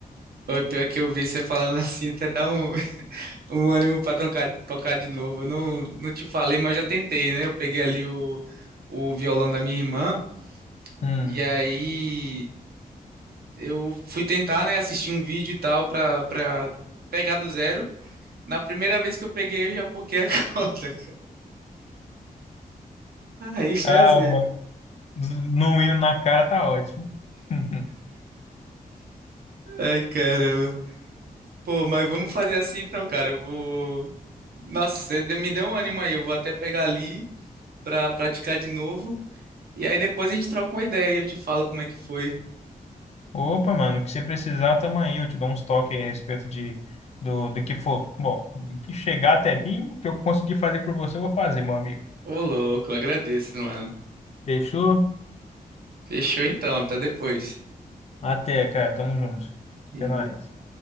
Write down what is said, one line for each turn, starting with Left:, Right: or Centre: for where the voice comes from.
Right: O pior que eu vi você falando <laughs> assim, até dá um, <laughs> um ânimo pra tocar, tocar de novo. Eu não, não te falei, mas eu já tentei, né? Eu peguei ali o, o violão da minha irmã,
Left: Hum.
Right: e aí. Eu fui tentar, né, assistir um vídeo e tal pra, pra pegar do zero. Na primeira vez que eu peguei, eu já poquei a <laughs> corda. Aí fazer.
Left: Ah, mano, no hino na cara tá ótimo. <laughs>
Right: Ai, caramba. Pô, mas vamos fazer assim então, cara. Eu vou. Nossa, você deu- me deu um ânimo aí. Eu vou até pegar ali pra praticar de novo. E aí depois a gente troca uma ideia e eu te falo como é que foi.
Left: Opa, mano, o que você precisar, tamo aí. Eu te dou uns toques a respeito de, do, do que for. Bom, do que chegar até mim, o que eu conseguir fazer por você, eu vou fazer, meu amigo.
Right: Ô, louco, agradeço, mano.
Left: Fechou?
Right: Fechou então, até depois.
Left: Até, cara. Tamo junto.
Right: Valeu.
Left: Até mais.